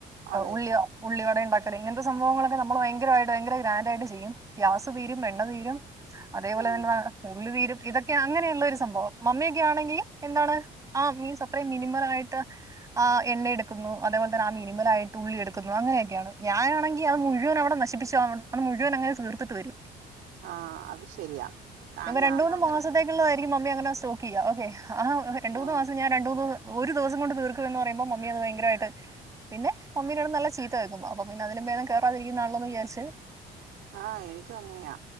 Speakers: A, on the right (about 80°); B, on the right (about 20°).
A: അതെ
B: ഉള്ളി ഉള്ളിവട പക്കറി ഇങ്ങനത്തെ സംഭവങ്ങളൊക്കെ നമ്മൾ ഭയങ്കരമായിട്ട് ഭയങ്ക ഗ്രാൻഡ് ആയിട്ട് ചെയ്യും ഗ്യാസ് തീരും എണ്ണ തീരും അതേപോലെ
A: ഉം
B: തന്ന വാ ഉു തീരും ഇതൊക്കെ അങ്ങനെയുള്ള ഒരു സംഭവം മമ്മിയൊക്കെ ആണെങ്കിൽ എന്താണ് ആ മീൻസ് അത്രയും മിനിമല ആയിട്ട് ആ എണ്ണ എടുക്കുന്നു അതേപോലെ തന്നെ ആ മിനിമല ആയിട്ട് ഉള്ളി എടുക്കുന്നു അങ്ങനെയൊക്കെയാണ് ഞാനാണെങ്കിൽ അത് മുഴുവൻ അവിടെ നശിപ്പിച്ചു അത് മുഴുവൻ അങ്ങനെ തീർത്തിട്ട് വരും
A: ആഹ അത് ശരിയാ ആഹ്
B: ഇപ്പോൾ രണ്ടുമൂന്നു
A: ഞാനും അങ്ങനെ
B: മാസത്തേക്കുള്ള എനിക്ക് മമ്മി അങ്ങനെ സ്റ്റോക്ക് ചെയ്യാം ഓക്കെ ആ രണ്ട് മൂന്ന്
A: ആഹ്
B: മാസം ഞാൻ രണ്ട മൂന്ന് ഒരു ദിവസം കൊണ്ട് തീർക്കും എന്ന് പറയുമ്പോൾ മമ്മി അത് ഭയങ്കരമായിട്ട് പിന്നെ മമ്മീനോട് നല്ല ചീത്ത കേൾക്കും അപ്പൊ പിന്നെ അതിലും വേദം കേയറാതിരിക്കുന്നാണോ എ വിചാരിച്ച്
A: ആഹ് എനിക്കും അങ്ങനെയാ